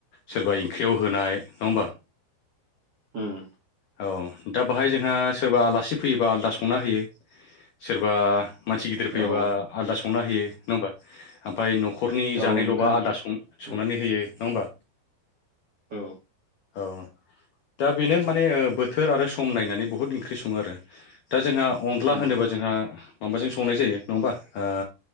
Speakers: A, on the left; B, on the right.
A: सोरबा ओंख्रियाव होनाय नङा होमबा।
B: उम
A: औ दा बाहाय जोंहा सोरबा आलासि फैयोबा आलदा संना होयो सोरबा मानसि गिदिर फैयोबा
B: औ
A: आलादा सं संना होयो नङा होमबा ओमफाय न'खरनि जानायल'बा
B: औ नोंथां
A: आलादा सं संनानै
B: उम
A: होयो। नङा होमबा
B: औ
A: औ दा बेनो माने ओ बोथोर आरो सम नायनानै बुहुद ओंख्रि सङो आरो दा जोंहा अनला
B: उम
A: होनोबा जो जोंहा माबाजों संनाय जायो नङाबा ओ